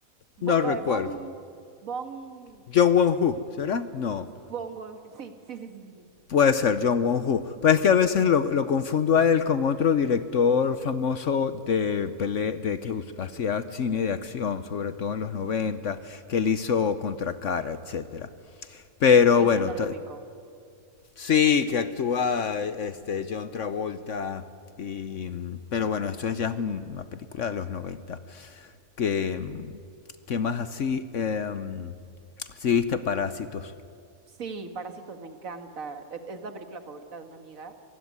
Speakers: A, on the right; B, on the left.
A: Bo-
B: no recuerdo.
A: eh, Bon, bon,
B: John Won-Hu, ¿será? No.
A: bon, Gon- sí, sí, sí, sí, sí. sí.
B: Puede ser John Won-Hu. Pero es que a veces
A: Ujú,
B: lo, lo confundo a él con otro director famoso de, pele de que hacía cine de acción, sobre todo en los
A: ujú.
B: 90, que él hizo contra cara, etcétera. Pero
A: Mm, ese
B: bueno,
A: no lo ubico.
B: sí, que actúa este, John Travolta. Y, pero bueno, esto ya es un- una película de los noventa Que, que más así, Em, sí, viste Parásitos.
A: Sí, Parásitos me encanta. E- Es la película favorita de una amiga